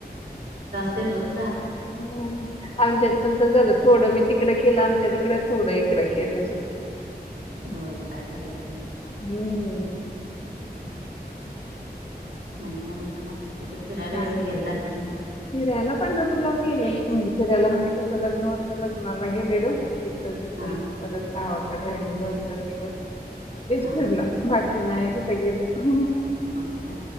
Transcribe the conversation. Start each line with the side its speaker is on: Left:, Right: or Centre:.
Right: ते रोज
Left: ह आमच्यात पण तर झालं थोडं मी ते इकड केला आमच्या तिकडं थोडं इकडं केल.
Right: होय काय करायचं ना.
Left: हम्म
Right: नाही नाही म्हणताना त्यां मग कुठे फिरायला
Left: हा
Right: वगैरे गेलता का नाही
Left: फिरायला पंढरपूरला गेलेलो. म्हणजे फिरायला म्हणजे कसं लग्न होतं लग्नाला गेलेलो. तिथं तिथ
Right: हा
Left: परत गावाकडे राहिलं दोन चार दिवस. तेच
Right: हा
Left: फिरणं
Right: हा
Left: बाकी नाही बघ. तिथे गेलो.
Right: हो का.